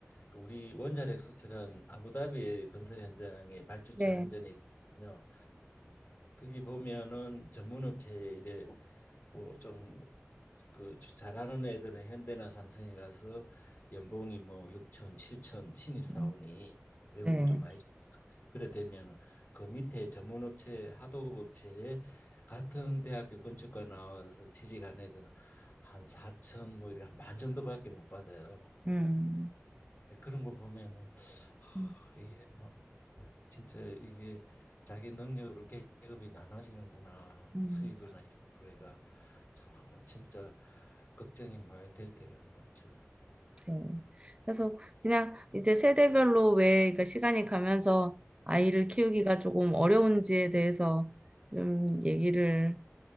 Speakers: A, on the left; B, on the right.
A: 그 우리 원자력 수출은 아부다비 건설 현장의 발주처
B: 네.
A: 한전에 있거든요. 거기 보면은 전문업체 이래 뭐좀그 잘하는 애들은 현대나 삼성에 가서 연봉이 뭐 6천, 7천 신입 사원이
B: 음,
A: 외국은
B: 네.
A: 좀 많이 줍니다. 그래 되면은 그 밑에 전문업체 하도급 업체에 같은 대학교 건축과 나와서 취직한 애들은 한 4천 뭐 이래 한 반 정도밖에 못 받아요.
B: 음.
A: 네, 그런 거 보면은 아,
B: 음,
A: 이게 뭐 진짜 이게 자기 능력으로 계급이 나눠지는구나
B: 음,
A: 수입이나 이런 거로 해가 참 진짜 걱정이 많이 될 때가 많죠.
B: 네. 그래서 그냥 이제 세대별로 왜 그러니까 시간이 가면서 아이를 키우기가 조금 어려운지에 대해서 좀 얘기를